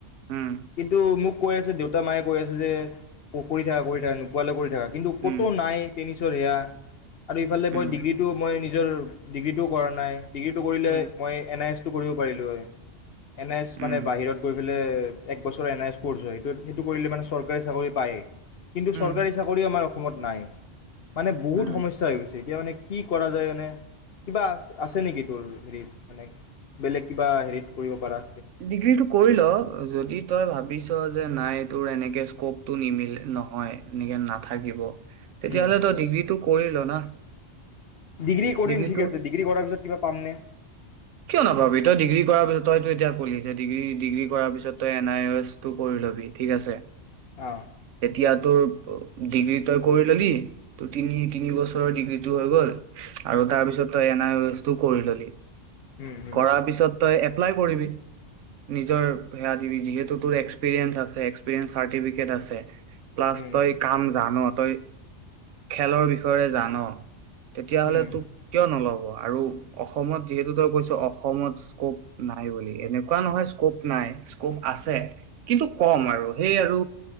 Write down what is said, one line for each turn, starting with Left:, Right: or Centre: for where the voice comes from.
Right: উম
Left: কিন্তু, মোক কৈ আছে। দেউতা-মায়ে কৈ আছে যে, কৰি থাকা, কৰি থাকা। নোপোৱালৈ কৰি থাকা কিন্তু ক'তো
Right: উম
Left: নাই। টেনিছ ছৰ, সেইয়া আৰু ইফালে
Right: উম
Left: মই ডিগ্ৰীটোৱো মই নিজ নিজৰ ডিগ্ৰী টোও কৰা নাই। ডিগ্ৰী কৰিলে
Right: উম
Left: মই এন আই এছ কৰিব পাৰিলোঁ হয়। এন আই এছ
Right: উম
Left: মানে বাহিৰত গৈ পেলাই এক বছৰৰ এন আই এছ কৰ্ছ হয়। সেটো-সেইটো কৰিলে মানে চৰকাৰী চাকৰি পায়েই। কিন্তু
Right: উম
Left: চৰকাৰী চাকৰি আমাৰ অস অসমত নাই। মানে বহুত
Right: উম
Left: সমস্যা হৈ গৈছ এতিয়া মানে কি কৰা যায় মানে, কিবা আছে নেকি? তোৰ হেৰি মানে, বেলেগ কিবা হেৰিত কৰিব পাৰা?
Right: ডিগ্ৰীটো কৰি ল! যদি তই ভাবিছ ত' যে নাই, তোৰ এনেকে স্কপটো নিমিলে, নহয় এনেকে নাথাকিব। তেতিয়াহ'লে
Left: উম।
Right: তই ডিগ্ৰীটো পঢ়ি ল' না!
Left: ডিগ্ৰী কৰিম
Right: ডিগ্ৰীটো
Left: ঠিক আছে ডিগ্ৰী কৰাৰ পিছত কিবা পামনে?
Right: কিয় নাভাবি, তই ডিগ্ৰী কৰাৰ পিছত তইতো এতিয়া কলি যে ডি ডিগ্ৰী কৰাৰ পিছত তই এন আই এছটো কৰি লবি ঠিক আছে
Left: অ
Right: এতিয়াতো ডিগ্ৰী তই কৰি ল'লি, ত তিনি তিনি বছৰৰ ডিগ্ৰীটো হৈ গ'ল, আৰু তাৰ পিছত তই এন আৰ এছটো কৰি ললি
Left: উম উম
Right: কৰাৰ পিছত তই এ এপ্লাই কৰিবি। নিজৰ এয়া দিবি, যিহেতু তুৰ এক্সপ্ৰিয়েনছ আছে। এক্সপ্ৰিয়েনছ চাৰ্টিফিকেট আছে প্লাছ
Left: উম
Right: তই কাম জান তই খেলৰ বি- ৰে জান তেতিয়াহলে
Left: উম
Right: তোক কিয় নল'ব, আৰু অসমত ত‌ই কৈছ অসমত স্কপ নাই বুলি, এনেকুৱা নহয় স্কপ নাই, স্কপ আছে, কিন্তু কম আৰু সেই আৰু